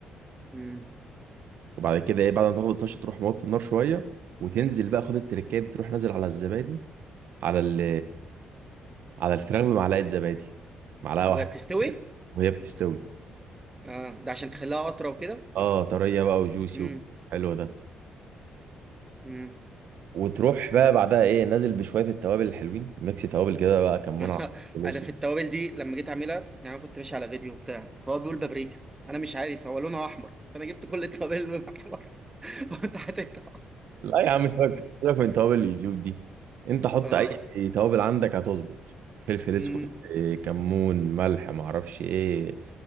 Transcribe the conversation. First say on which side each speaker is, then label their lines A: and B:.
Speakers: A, on the right; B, on the right.
A: امم
B: وبعد كده ايه بعد ما تاخد الطشه تروح موطي النار شويه وتنزل بقى خد التركايه دي تروح نازل على الزبادي على ال على الفراخ بمعلقه زبادي معلقه
A: وهي
B: واحده
A: بتستوي
B: وهي بتستوي
A: اه ده عشان تخليها اطرى وكده
B: اه طريه بقى وجوسي
A: امم
B: حلو ده
A: امم
B: وتروح بقى بعدها ايه نازل بشويه التوابل الحلوين ميكس توابل كده بقى كمون
A: <laughs>
B: على فلفل
A: انا
B: اسود
A: في التوابل دي لما جيت اعملها يعني انا كنت ماشي على فيديو بتاع فهو بيقول بابريكا انا مش عارف هو لونها احمر فانا جبت كل التوابل اللي لونها احمر <laughs> وانت حطيتها
B: لا يا عم سيبك سيبك من توابل اليوتيوب دي انت حط
A: اه
B: اي توابل عندك هتظبط فلفل اسود
A: امم
B: إيه، كمون ملح معرفش ايه